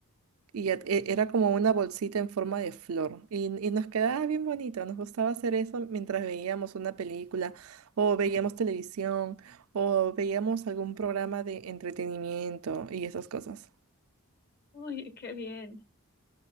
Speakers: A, on the right (about 80°); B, on the left (about 50°).
A: Y ya- e- era como una bolsita en forma de flor. Y, y nos quedaba bien bonito. Nos gustaba hacer eso mientras veíamos una película o veíamos televisión o veíamos algún programa de entretenimiento y esas cosas.
B: oye, qué bien,